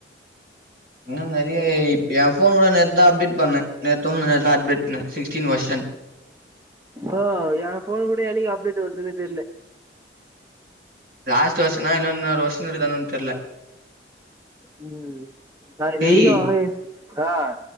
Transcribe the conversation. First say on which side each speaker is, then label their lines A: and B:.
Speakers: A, on the right; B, on the right.
A: இன்னும் நிறைய இப் என் ஃபோன் கூட நேத்துதா அப்டேட் பண்ண நேத்தோ முந்தா நேத்தோ அப்டேட் பண்ண சிக்ஸ்டீன் வர்சன்
B: ஆஹ் என் ஃபோன் கூட என்னைக்கி அப்டேட் வருதுன்னே தெரில
A: லாஸ்ட் வர்சனா இல்ல இன்னொரு வர்சன் இருக்கா என்னன் தெரில
B: உம் நா இது
A: டேய்
B: வரைக்கும் ஆஹ்